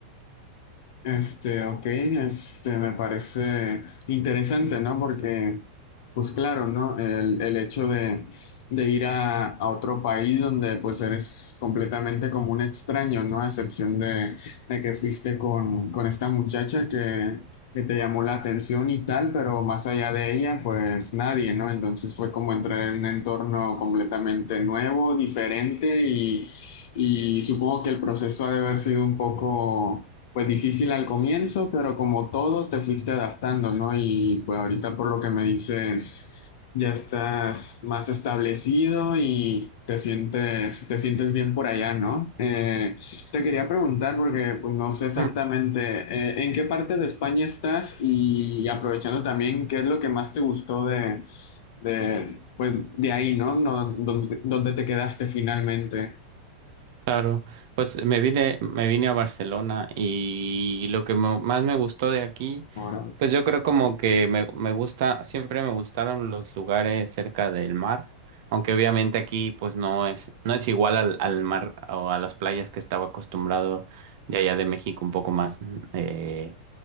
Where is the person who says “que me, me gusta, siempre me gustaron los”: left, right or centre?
Right